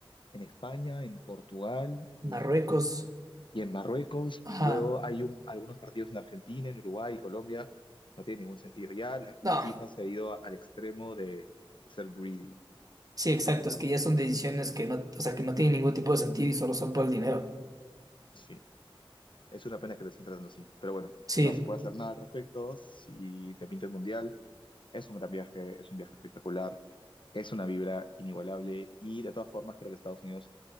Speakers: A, on the left (about 60°); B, on the right (about 40°).
A: en España, en Portugal y
B: Marruecos,
A: en y en Marruecos,
B: ajá,
A: y luego hay un- algunos partidos en Argentina, en Uruguay y Colombia, no tiene ningún sentido. Ya la, la
B: no,
A: FIFA se ha ido a- al extremo de ser greedy.
B: sí, exacto, es que ya son decisiones que no, o sea, que no tienen ningún tipo de sentido y solo son por el dinero.
A: Sí, es una pena que lo estén tratando así, pero bueno,
B: Sí,
A: no se puede hacer nada al respecto. Si te pinta el mundial, es un gran viaje, es un viaje espectacular, es una vibra inigualable y de todas formas creo que Estados Unidos